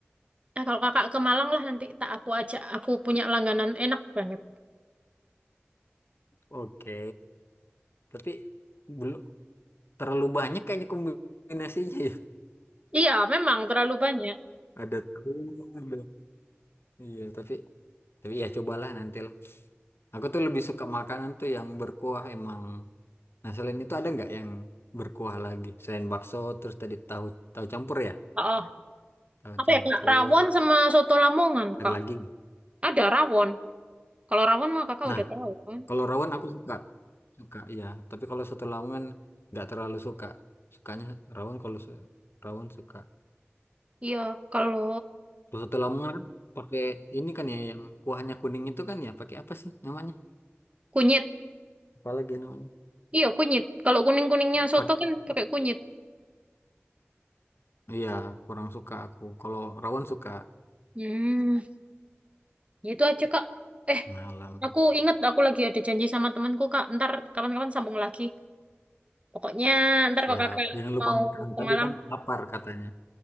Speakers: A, on the right (about 30°); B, on the left (about 60°).
A: Nah, kalau Kakak ke Malang lah nanti tak aku ajak. Aku punya langganan enak banget.
B: Oke. Tapi belum terlalu banyak kayaknya kombinasinya ya.
A: Iya, memang terlalu banyak.
B: Ada tahu, ada. Iya, tapi tapi ya cobalah nanti lah. Aku tuh lebih suka makanan tuh yang berkuah emang. Nah, selain itu ada nggak yang berkuah lagi? Selain bakso, terus tadi tahu tahu campur ya?
A: Oh,
B: Tahu
A: apa
B: campur.
A: ya Kak? Rawon sama soto Lamongan
B: Ada
A: Kak.
B: lagi nggak?
A: Ada rawon. Kalau rawon mah Kakak
B: Nah,
A: udah tahu kan?
B: kalau rawon aku suka. Suka, iya. Tapi kalau soto lamongan nggak terlalu suka. Sukanya rawon kalau su- rawon suka.
A: Iya, kalau
B: Soto Lamongan kan pakai ini kan ya yang kuahnya kuning itu kan ya pakai apa sih namanya?
A: kunyit.
B: Apalagi namanya?
A: Iya, kunyit. Kalau kuning-kuningnya soto
B: Pakai
A: kan pakai kunyit.
B: iya kurang suka aku. Kalau rawon suka
A: Hmm. Ya Itu aja, Kak. Eh,
B: malam.
A: aku inget aku lagi ada janji sama temanku, Kak. Ntar kapan-kapan sambung lagi. Pokoknya ntar
B: Siap.
A: kalau Kakak
B: Jangan lupa
A: mau
B: makan.
A: ke
B: Tadi
A: Malang,
B: kan lapar katanya.